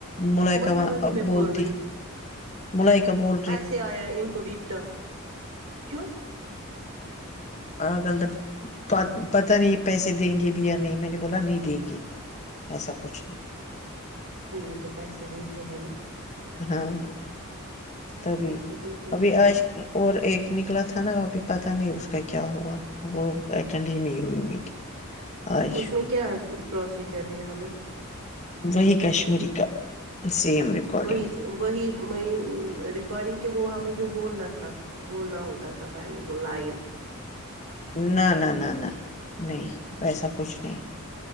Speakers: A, on the left; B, on the right.
A: ملکہاں
B: وہی وہی میں بول
A: بولتی
B: رہی
A: ملائی کپور
B: سے آیا ان کو بیتا کیوں
A: آگلب پتا نہیں پیسے دیں گے بھی یا نہیں میں نے بولا نہیں دیں گے ایسا کچھ نہیں
B: نہیں یہ تو پیسے دیتے ہیں نا
A: ہاں
B: یہ
A: تبھی
B: تو پیسے دیتے ہیں
A: ابھی
B: نا۔
A: آج اور ایک نکلا تھا ناپ پتا نہیں اس کا کیا ہوا وہ اٹینڈ ہی نہیں ہوئی میٹنگ آج
B: اس میں کیا پروسیجر ج رہے ہمیں
A: وہی کشمیری کا سیم ریکارڈنگ
B: وہی وہی میں ریکارڈنگ کہ وہ ہمیں جو بولنا تھا بولنا ہوتا تھا پہلے وہ لائن
A: نہ نہ نہ نہ نہیں ویسا کچھ نہیں